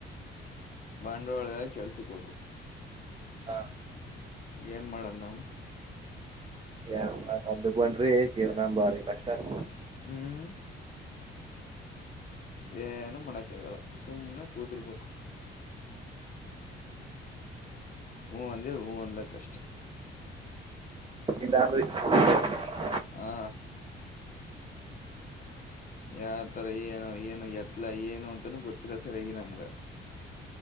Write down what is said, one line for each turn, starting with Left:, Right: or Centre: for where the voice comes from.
Left: ಬಂಡವಾಳಗಾಗ ಕೆಲ್ಸಕ್ಕ ಹೋಗ್ಬೇಕು.
Right: ಹ
Left: ಏನ ಮಾಡದ ನಾವು.
Right: ಏನ ಮಾಡಾಕಾಗದು ಬನ್ನಿರಿ ಜೀವನ ಬಾರಿ ಕಷ್ಟ ಅದ.
Left: ಹ್ಮ್. ಏನು ಮಾಡಕ ಆಗಲ್ಲ ಸುಮ್ನೆ ಕೂತಿರಬೇಕು. ಹೂ ಅಂದಿರ ಹೂ ಅನ್ಬೇಕಷ್ಟೆ.
Right: ಇಲ್ಲಾಂದ್ರೆ. <unintelligible>
Left: ಹಾ ಯಾವತರ ಏನು ಏನು ಎತ್ಲ ಏನು ಅಂತನೂ ಗೊತ್ತಿಲ್ಲ ಸರಿಯಾಗಿ ನಮ್ಗ.